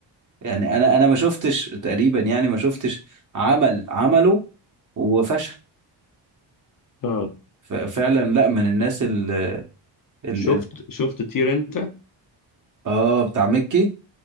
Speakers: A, on the right; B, on the left.
A: يعني انا انا ما شفتش تقريبا يعني ما شفتش عمل عمله وفشل
B: اه
A: ف- فعلا لا من الناس ال ال
B: شفت
A: ال-
B: شفت طير انت
A: اه بتاع مكي